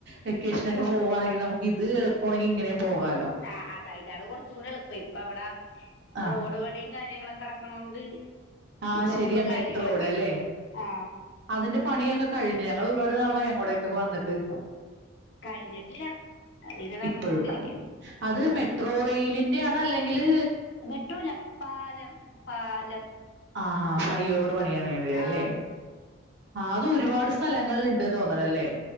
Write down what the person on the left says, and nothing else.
ആഹ് അതാ ഇതാണ് കുറച്ചും കൂടി എളുപ്പം ഇപ്പൊ അവിടെ
റോഡ് പണിയും കാര്യങ്ങളൊക്കെ നടക്ക്‌ -- ക്കണോണ്ട്
ബ്ലോക്കും
കാര്യങ്ങളൊക്കെ ഉണ്ട്
ആഹ്
കഴിഞ്ഞിട്ടില്ല അതിങ്ങനെ നടന്നോണ്ടിരിക്ക
മെട്രോല്ല പാലം പാലം
ആ